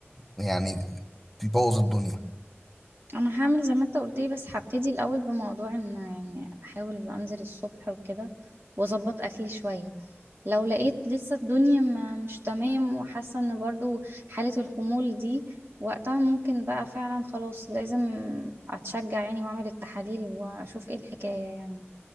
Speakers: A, in the centre; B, on the right.
A: يعني بيبوظ الدنيا
B: أنا هعمل زي ما أنت قلت لي بس هبتدي الأول بموضوع إن يعني أحاول أنزل الصبح وكده وأظبط أكلي شوية لو لقيت لسه الدنيا ما مش تمام وحاسة ان برضو حالة الخمول دي وقتها ممكن بقى فعلا خلاص لازم اتشجع يعني واعمل التحاليل واشوف ايه الحكاية يعني